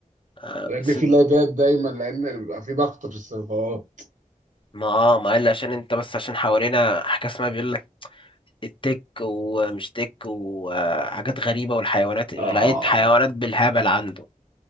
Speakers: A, on the left; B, on the right.
A: آه
B: لان
A: بس
B: في
A: انت
B: لاجات دايما لان بيبقى في ضغط في السيرفرات
A: ما اه ما قال لي عشان انت بس عشان حوالينا حاجه اسمها بيقول لك التك ومش تك وحاجات غريبه والحيوانات لقيت
B: اه
A: حيوانات بالهبل عنده